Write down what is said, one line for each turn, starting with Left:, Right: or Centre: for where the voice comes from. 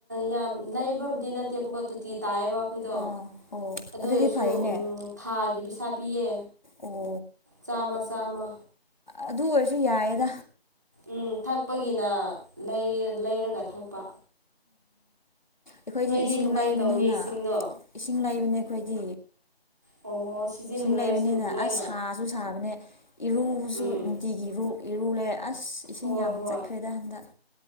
Right: ꯌꯥꯝ ꯂꯩꯕꯕꯨꯗꯤ ꯅꯠꯇꯦꯕꯀ ꯇꯣꯇꯤ ꯇꯥꯏꯕ ꯗꯣ
Left: ꯑꯣ ꯑꯣ
Right: ꯑꯗꯨ
Left: ꯑꯗꯨꯗꯤ
Right: ꯑꯣꯏꯁꯨ
Left: ꯐꯩꯅꯦ
Right: ꯎꯝ ꯊꯥꯒꯤ ꯄꯩꯁꯥ ꯄꯤꯌꯦ
Left: ꯑꯣ
Right: ꯆꯥꯝꯃ ꯆꯥꯝꯃ
Left: ꯑꯗꯨ ꯑꯣꯏꯔꯁꯨ ꯌꯥꯏꯌꯦꯗ
Right: ꯎꯝ ꯊꯛꯄꯒꯤꯅ ꯂꯩꯔꯦ ꯂꯩꯔꯒ ꯊꯛꯄ
Left: ꯑꯈꯣꯏꯗꯤ
Right: ꯅꯣꯏꯗꯤ
Left: ꯏꯁꯤꯡ
Right: ꯀꯃꯥꯏꯅ
Left: ꯂꯩꯕꯅꯦꯅ
Right: ꯇꯧꯒꯦ ꯏꯁꯤꯡꯗꯣ
Left: ꯏꯁꯤꯡ ꯂꯩꯕꯅꯦ ꯑꯈꯣꯏꯗꯤ
Right: ꯑꯣ ꯁꯤꯖꯤꯟꯅꯅꯤꯡꯉꯥꯏꯁꯨ
Left: ꯁꯤꯡ ꯂꯩꯕꯅꯤꯅ
Right: ꯂꯣꯏꯅ
Left: ꯑꯁ ꯁꯥ ꯖꯨ ꯁꯥꯕꯅꯦ ꯏꯔꯨꯁꯨ
Right: ꯎꯝ
Left: ꯅꯨꯡꯇꯤꯒꯤ ꯏꯔꯨ ꯏꯔꯨꯂꯦ ꯑꯁ ꯏꯁꯤꯡ
Right: ꯍꯣꯏ
Left: ꯌꯥꯝ
Right: ꯍꯣꯏ
Left: ꯆꯠꯈ꯭ꯔꯦꯗ ꯍꯟꯗꯛ